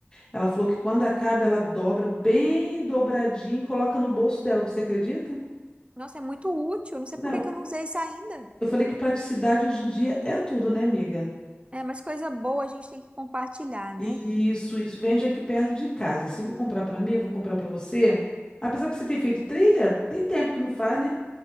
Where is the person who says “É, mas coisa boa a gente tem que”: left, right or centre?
Right